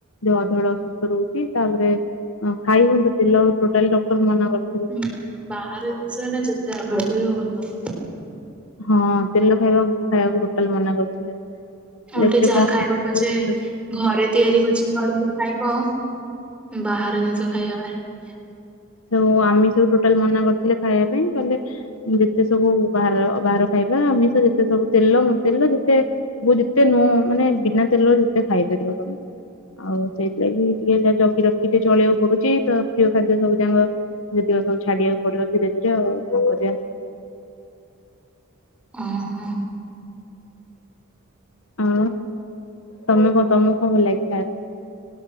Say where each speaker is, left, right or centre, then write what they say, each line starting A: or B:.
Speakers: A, on the left; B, in the centre.
A: ଦେହ ସବୁବେଳେ ଅସୁସ୍ଥ ରହୁଛି। ତାପରେ ଖାଇ ହୁଅନ୍ତ ତେଲ ଟୋଟାଲି ଡକ୍ଟର ମନା କର
B: ହୁଁ ବାହାର ଜିନିଷ ଏଇନା ଯେତେ ଆଭଏଡ କରିବ ଭଲ।
A: ହଁ ତେଲ ଖାଇବାକୁ ଖାଇବାକୁ ଟୋଟାଲ ମନା କରିଥିଲେ।
B: ଓଲଟି
A: ଏତେ
B: ଯାହା
A: କଣ
B: ଖାଇବ ପଛେ ଘରେ ତିଆରି କରିକି ପଛେ ଖାଇବ ବାହାର ଜିନିଷ ଖାଇବା ଭାରି ଇଏ।
A: ସବୁ ଆମିଷକୁ ଟୋଟାଲ ମନା କରିଥିଲେ ଖାଇବା ପାଇଁ କହିଲେ ଯେତେ ସବୁ ବାହାର ବାହାର ଖାଇବା ଆମିଷ ଯେତେ ସବୁ ତେଲ ତେଲ ଯେତେ ବ ଯେତେ ନୁହଁ ମାନେ ବିନା ତେଲର ଯେତେ ଖାଇପାରିବ ତମେ। ଆଉ ସେଇଥିଲାଗି ଟିକେ ଯ ଜଗି ରଖି ଟିକେ ଚଳିବାକୁ ପଡୁଛି। ତ ପ୍ରିୟ ଖାଦ୍ୟ ସବୁ ତାଙ୍କ ଯେତିକ ସବୁ ଛାଡିବାକୁ ପଡିବ ଧୀରେ ଧୀରେ ଆଉ କଣ କରିବା।
B: ଓ ହଁ।
A: ହଁ ତମେ କ ତମକୁ କଣ ଭଲ ଲାଗେ ଖାଇବା ପାଇଁ?